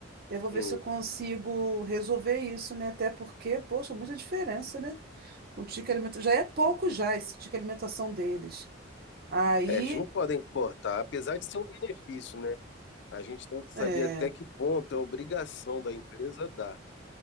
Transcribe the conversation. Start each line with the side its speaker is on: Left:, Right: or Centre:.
Right: eu vou ver
Left: hum,
Right: se eu consigo resolver isso, né? Até porque, poxa, muita diferença, né? Um ticket alimentação já é pouco já esse ticket alimentação deles. Aí,
Left: é, eles não podem cortar, apesar de ser um benefício, né? A gente tem que saber
Right: é...
Left: até que ponto é obrigação da empresa dar.